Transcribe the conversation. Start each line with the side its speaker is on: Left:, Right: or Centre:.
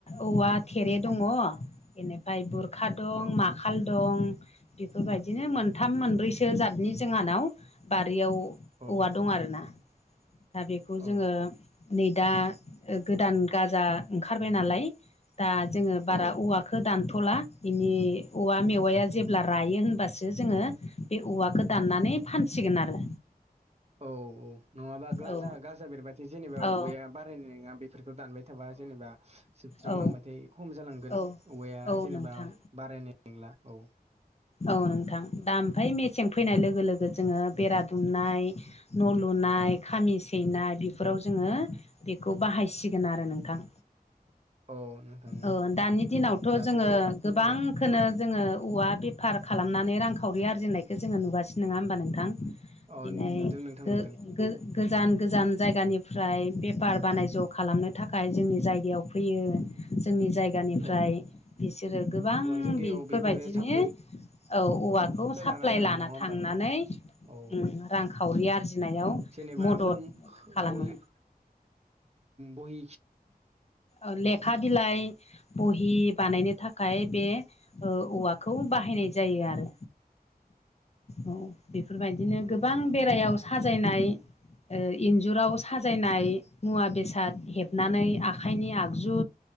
Left: औवा थेरे दङ बे फायय बुरखा दं
Right: औ
Left: माखाल दं बेफोरबायदिनो मोनथाम मोनब्रैसो जतनि जोंहानाव बारियाव औवा
Right: औ
Left: दं आरो ना दा बेखौ
Right: औ
Left: जोङो नै दा गोदान गाजा ओंखारबाय नालाय दा जोंङो बारा
Right: औ
Left: औवाखौ दानथ'ला। बेनि औवा मेवाया जेब्ला रायो होनबासो जोंङो बे औवाखौ दाननानै फानसिगोन आरो।
Right: औ औ नंङाबा ग्लाजा
Left: औ
Right: गाजा बेरबाथाय जेनेबा औवा
Left: औ
Right: बारायनाय नोंङा बे फोरखौ दानबाय थाबा जेनेबा जोबस्रांलांबाथाय
Left: औ
Right: खम जालांगोन
Left: औ
Right: औवाया
Left: औ
Right: जेनेबा
Left: नोंथां
Right: बारायनाय नंला औ
Left: औ नोंथां दा ओमफाय मेसें फैनाय लोगो लोगो जोंङो बेरा दुमनाय न' लुनाय खामि सैनाय बेफोराव जोङो बेखौ बाहायसिगोन आरो नोंथां
Right: औ नोंथां
Left: औ दानि दिनावथ'
Right: दाथ'
Left: जोङो गोबां
Right: औ
Left: खोनो जोङो औवा बेफार खालामनानै रांखावरि आरजिनायखौ जोङो नुगासिनो नङा होमबा नोंथां
Right: औ
Left: दिनै
Right: नुदों नोंथां
Left: गो
Right: नुदों
Left: गो गोजान गोजान जायगानिफ्राय बेफार बानायज' खालामनो थाखाय जोंनि जायगायाव फैयो जोंनि जायगानिफ्राय
Right: औ
Left: बिसोरो गोबां
Right: जायगायाव
Left: बेफोरबायदिनो
Right: बेफोरो
Left: औ औवाखौ
Right: साप्लाय
Left: साप्लाइ
Right: थानाय
Left: लाना
Right: नङा होमबा
Left: थांनानै
Right: औ
Left: ओ रांखावरि आरजिनायाव
Right: जेनेबा
Left: मदद
Right: <unintelligible>
Left: खालामो
Right: बहि ओ बहि
Left: ओ लेखा बिलाइ बहि बानायनो थाखाय बे ओ औवाखौ बा हायनाय जायो आरो औ बेफोरबायदिनो गोबां बेरायाव साजायनाय ओ इन्जुराव साजायनाय मुवा बेसाद हेबनानै आखाइनि आगजु